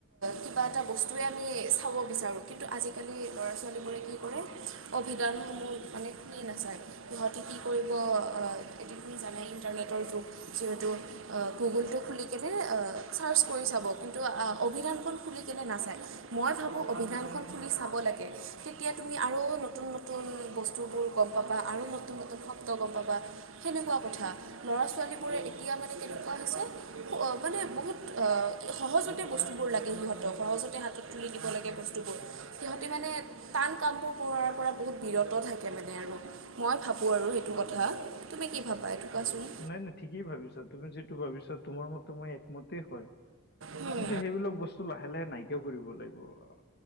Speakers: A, on the right; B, on the left.
A: কিবা এটা বস্তুৱে আমি চাব বিচাৰোঁ। কিন্তু আজিকালি ল'ৰা ছোৱালীবোৰে কি কৰে, অভিধানসমূহ মানে খুলি নাচায়। সিহঁতি কি কৰিব এইখিনি জানে ইণ্টাৰনেটৰ যুগ যিহেতু। গুগুলটো খুলি কেনে চাৰ্চ কৰি চাব কিন্তু অভিধানখন খুলি কেনে নাচায়। মই ভাবোঁ অভিধানখন খুলি চাব লাগে। তেতিয়া তুমি আৰু নতুন নতুন বস্তুবোৰ গম পাবা আৰু নতুন নতুন শব্দ গম পাবা। সেনেকুৱা কথা। ল'ৰা-ছোৱালীবোৰে এতিয়া মানে কেনেকুৱা হৈছে মানে বহুত সহজতে বস্তুবোৰ লাগে সিহঁতক সহজতে হাতত তুলি দিব লাগে বস্তুবোৰ। সিহঁতি মানে টান কামবোৰ কৰাৰ পৰা, বহুত বিৰত থাকে মানে আৰু মই ভাবো? ভাবোঁ আৰু সেইটো কথা তুমি কি ভাবা এইটো কোৱাচোন।
B: নাই নাই ঠিকেই ভাবিছা তুমি যিটো ভাবিছা মতে মই একমতেই হয়।
A: হুম,
B: কিন্তু সেইবিলাক বস্তু লাহে-লাহে নাইকিয়া কৰিব লাগিব আৰু।